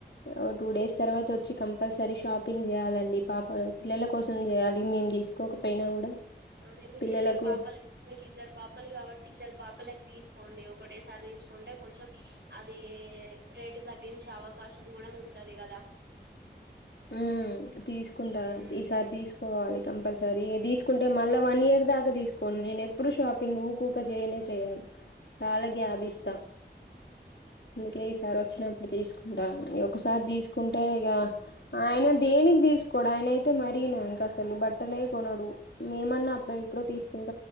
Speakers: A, on the left; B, on the right.
A: ఓ టూ డేస్ తర్వాత వచ్చి కంపల్సరీ షాపింగ్ చేయాలండి పాప పిల్లల కోసం చేయాలి మేము తీసుకోకపోయినా కూడా
B: అదే మీకు
A: పిల్లలకు
B: ఇద్దరు పాపలు మీకు ఇద్దరు పాపలు కాబట్టి ఇద్దరు పాప లోప్పలికి తీసుకోండి ఒకటేసారి తీసుకుంటే కొంచెం అది రేటు తగ్గించే అవకాశం కూడా ఉంటది కదా
A: ఉ తీసుకుంటా
B: ఉమ్,
A: ఈసారి తీసుకోవాలి కంపల్సర సరే తీసుకుంటే మళ్ళా వన్ ఇయర్ దాకా తీసుకోను నేను ఎప్పుడు షాపింగ్ ఊ కూకే చేయనే చేయను చాలా
B: ఉమ్.
A: గ్యాప్ ఇస్తా అందుకే ఈసారి వచ్చినప్పుడు తీసుకుంటా ఇ ఒకసారి తీసుకుంటే ఇగా ఆయన దేనికి తీసుకోడు ఆయన అయితే మరను ఇంక అసలు బట్టలే కొనడు మేమన్నా అప్పుడు ఎప్పుడో తీసుకుంట